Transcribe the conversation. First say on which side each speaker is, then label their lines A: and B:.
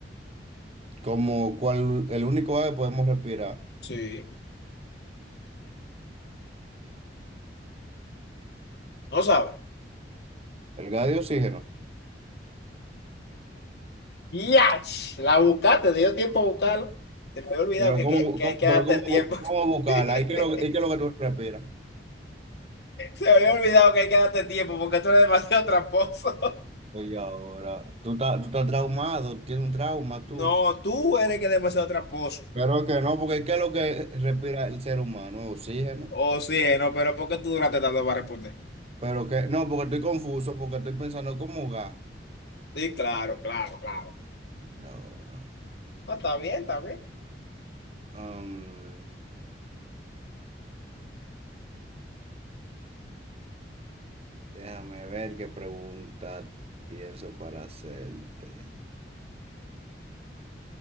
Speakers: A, on the right (about 35°); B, on the left (about 65°).
A: como cual el único gas que podemos respirar,
B: Sí. No sabes
A: el gas de oxígeno.
B: ¡Yach! La buscaste, te dio tiempo a buscarlo. Se me había olvidado
A: Pero
B: que,
A: cómo,
B: que, que
A: cómo-
B: hay que darte
A: pero cómo,
B: tiempo.
A: bu- cómo
B: <laughs>
A: buscarla,
B: Se
A: ¿y qué es lo, y qué es lo que tú respiras?
B: me había olvidado que hay que darte tiempo porque tú eres demasiado tramposo.
A: Oye, ahora, tú estás, tú estás traumado, tienes un trauma tú.
B: No, tú eres que es demasiado tramposo.
A: Pero que no, porque ¿qué es lo que respira el ser humano? Oxígeno.
B: Oh, sí, eh, no, pero ¿por qué tú duraste tanto para responder?
A: Pero que, no, porque estoy confuso, porque estoy pensando cómo gas.
B: Sí, claro, claro, claro.
A: Y ahora,
B: No, está bien, está bien.
A: am, déjame ver qué pregunta pienso para hacerte.